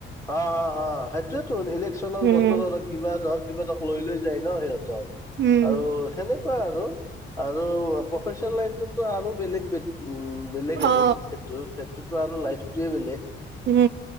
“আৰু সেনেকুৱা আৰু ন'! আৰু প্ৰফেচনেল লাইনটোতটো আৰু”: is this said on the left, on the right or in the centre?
Left